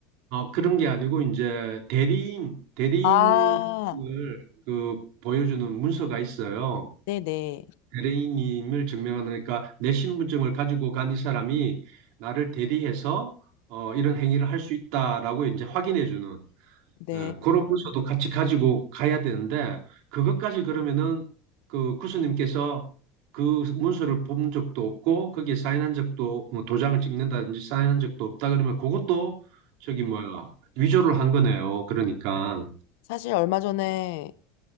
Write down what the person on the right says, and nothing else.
어, 그런 게 아니고, 이제 대리인, 대리인을
그 보여주는 문서가 있어요.
대리인임을 증명하는, 그러니까 내 신분증을 가지고 간 이 사람이 나를 대리해서 어, 이런 행위를 할 수 있다라고 이제 확인해 주는.
예, 그런 문서도 같이 가지고 가야 되는데 그것까지 그러면은 그 구스님께서 그 문서를 본 적도 없고 거기에 사인한 적도 뭐 도장을 찍는다든지 사인한 적도 없다 그러면 그것도 저기 뭐야 위조를 한 거네요. 그러니까